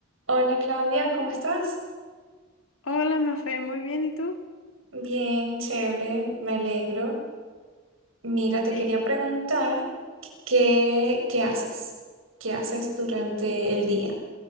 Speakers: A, on the right (about 80°); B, on the left (about 85°).
A: Hola Claudia, ¿cómo estás?
B: Hola, Mafe, muy bien, ¿y tú?
A: Bien, chévere, me alegro. Mira, te
B: Sí,
A: quería preguntar qué, qué haces, qué haces durante el día.